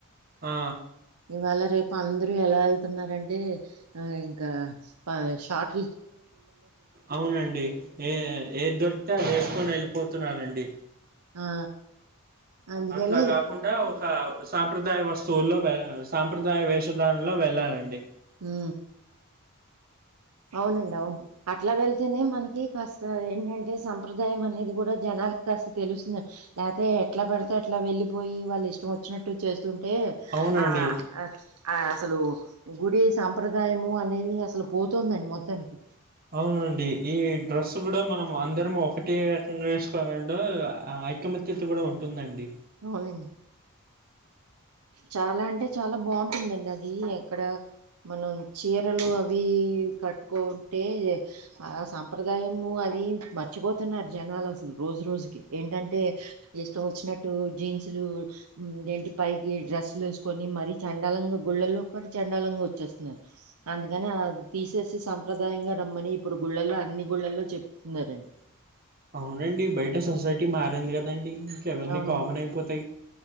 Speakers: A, on the right (about 40°); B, on the right (about 80°).
A: ఆ
B: ఇవాళ రేపు అందరు ఎలా వెళ్తున్నారంటే ఇంక ప షార్ట్
A: అవునండి ఏ ఏది దొరికితే అది వేసుకొని వెళ్ళిపోతున్నారండి
B: ఆ అందుకని
A: అట్లా కాకుండా ఒక సాంప్రదాయ వస్తువుల్లో వెళ్ సాంప్రదాయ వేషధానులో వెళ్ళాలండి
B: అ అవునండి అవును అట్ల వెళ్తేనే మనకి కాస్త ఏంటం అంటే సంప్రదాయం అనేది కూడా జనాలకి కాస్త తెలుస్తుంది అదే ఎట్లా పెడితే అట్లా వెళ్ళిపోయి వాళ్ళు ఇష్టం వచ్చినట్టు చేస్తుంటే
A: అవునండి
B: ఆ ఆ అసలు గుడి సంంప్రదాయము అనేది అసలు పో దండి మొత్తానికి
A: అవునండి ఈ డ్రస్ కూడా మనం అందరం ఒకటి చేేసుకోవాలండం ఐక్య తి కూడా ఉంటుందండి
B: అవునండి చాలా అంటే చాలా బాగుంటుందండి అది ఎక్కడ మనం చీరలు అవి కట్టుకుంటే ఆ సంప్రదాయము అది మర్చిపోతున్నారు జనాలు అసలు రోజు రోజుకి ఏంటంటే ఇష్టం వచ్చినట్టు జీన్సులు ఏంటి పై డ్రెస్లు వేసుకొని మరీ చండాలంగా గుళ్ళల్లో కూడా చండాలంగా వచ్చేస్తున్నారు అందుకని అది తీసేసి సంప్రదాయంగా రమ్మని ఇప్పుడు గుళ్ళల్లో అన్ని గుళ్ళల్లో చెప్తున్నారం
A: అవునండి బయట సొసైటీ మారింది కదండి ఇంక అవన్నీ
B: అవునండి
A: కామన్ అయిపోతాయి